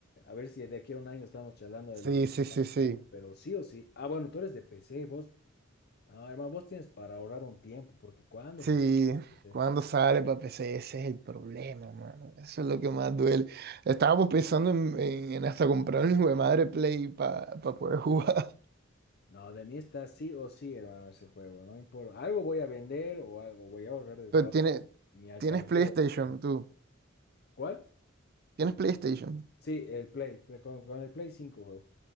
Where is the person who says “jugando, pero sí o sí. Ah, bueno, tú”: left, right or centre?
Left